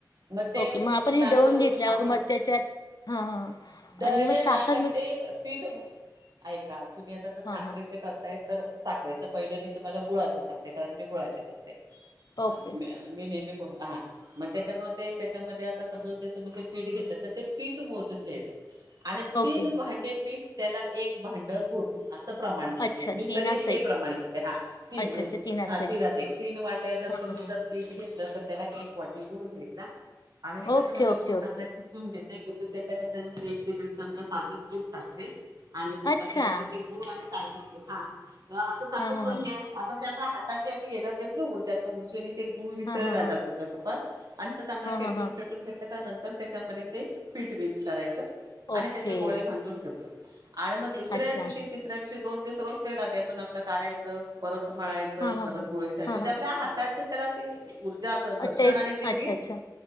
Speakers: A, on the right; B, on the left.
A: मग ते
B: ओके मग आपण हे
A: तांदूळ
B: दळून घेतल्यावर
A: आपण
B: मग त्याच्यात हा हा
A: दळले
B: आणि मग साखर
A: ना का
B: मिक्स
A: ते पीठ. ऐका तुम्ही आता ज साखरेचे
B: हा हा
A: करताय तर साखरेच पहिलं मी तुम्हाला गुळाचं सांगते कारण मी गुळाचे करते.
B: ओके.
A: हा मी मी नेहमी. हा मग त्याच्यामध्ये त्याच्यामध्ये आता समजा ते तुम्ही ते पीठ घेतलं तर ते पीठ मोजून घ्यायचं. आणि
B: ओके
A: तीन भांडे पीठ त्याला एक भांड गुड असं प्रमाण घेते
B: अच्छा
A: मी
B: तीनास
A: तरी हे
B: एक
A: प्रमाण घेते. हा तीन
B: अच्छा
A: म्हणजे
B: अच्छा तीनास
A: हा
B: एक
A: तीनच, तीन वाट्या जर
B: हा
A: तुम्ही
B: हा हा
A: जर घेतलं तर त्याला एक वाटी गुळू घ्यायचा आणि मी कसं
B: ओके
A: करते
B: ओके
A: गुळ
B: ओके
A: चांगला खिचून घेते ते खेचून त्याच्या त्याच्यानंतर एक ते दीड चमचा साजूक तूप टाकते. आणि तो
B: अच्छा
A: टाकल्यानंतर ते गूळ आणि हा असं चांगलं
B: हा
A: सण
B: हा हा
A: म्यासं असं म्हणजे आपला हात त्यांच्या आपली एनर्जी असते ऊर्जा येतो ऊर्जेने- ते गुळ वितळला
B: हा हा हा
A: जातो त्या तूपात आणि असं चांगला
B: हा
A: फेटून
B: हा हा
A: फेटून घेतलं का नंतर तर त्यांच्यामध्ये ते पीट मिक्स करायचं
B: ओके
A: आणि त्याचे गोळे भांधून ठेवते आणि मग दुसऱ्या
B: अच्छा
A: दिवशी तिसऱ्या दिवशी दोन दिवस रोज त्या डब्यातून आपलं काढायचं परत मळायचे
B: हा हा
A: परत
B: हा
A: गोळीय त्यांचे
B: हा
A: आपल्या हात च तेला ते ऊर्जा ऊर्जा
B: हा
A: घर्षण
B: टेस्ट
A: आणि ते
B: अच्छा
A: पीठ
B: अच्छा